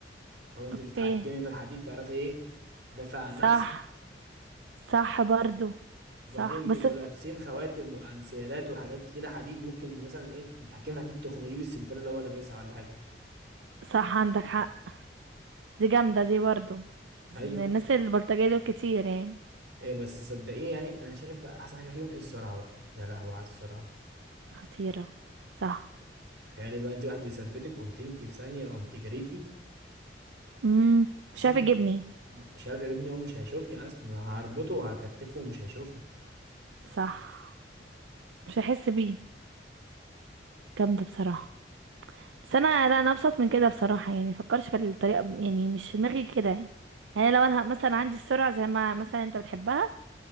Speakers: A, on the right (about 60°); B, on the right (about 85°).
A: فانت
B: اوكي
A: بتتحكمي في الحديد تعرفي ايه تدافع عن
B: صح
A: نفسك
B: صح برضو
A: وبعدين
B: صح بس
A: بيبقوا لابسين خواتم وانسيالات وحاجات كتيرة حديد ممكن مثلا ايه تتحكمي في حديد تخنقيه بالسلسلة اللي هو لابسها ولا حاجة
B: صح عندك حق دي جامدة دي برضو أصل
A: ايوه
B: الناس البلطجية دول كتير يعني
A: هي بس صدقيني يعني انا شايف بقى احسن حاجة فيهم ايه السرعة بقى يا لهوي على السرعة
B: خطيرة صح
A: تخيلي بقى انت واحد بيثبتك قمت انت في ثانية قمت جريتي
B: امم
A: في
B: مش
A: ثانية
B: عارف يجيبني
A: مش عارف يا ابني هو مش هيشوفني اصلا هربطه وهكتفه ومش هيشوفني
B: صح مش هحس بيه جامدة بصراحة بس انا لا انا ابسط من كده بصراحة يعني مفكرش في الطريقة ب- يعني مش في دماغي كده يعني يعني لو انا ه- مثلا عندي السرعة زي ما مثلا انت بتحبها